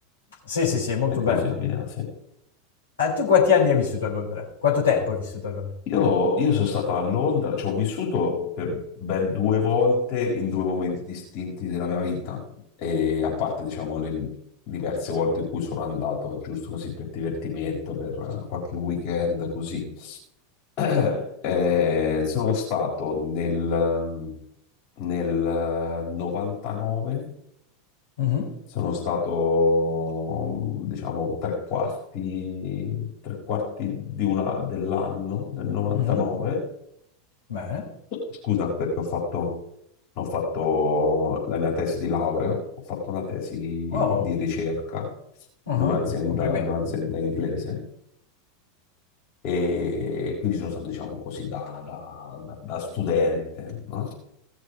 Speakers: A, on the left (about 70°); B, on the left (about 45°).
A: Sì, sì, sì, è molto
B: e così
A: bella.
B: via, sì.
A: Eh, tu quanti anni hai vissuto a Londra? Quanto tempo hai vissuto a Londra?
B: Io, io sono stato a Londra, ci ho vissuto per ben due volte in due momenti distinti della mia vita, e a parte, diciamo, le diverse volte in cui sono andato, giusto così per divertimento, per eh, qualche weekend, così. <clears throat> Eh, sono stato nel, nel 99,
A: Mhm,
B: sono stato diciamo tre quarti, tre quarti di una, dell'anno del 99.
A: mhm. Bene.
B: Scusa perché ho fatto, ho fatto la mia tesi di laurea, ho fatto una tesi
A: Oh,
B: di ricerca
A: mhm,
B: in un'azienda
A: Complimenti.
B: in un'azienda inglese. E quindi sono stato, diciamo così, da, da- da- da studente, no?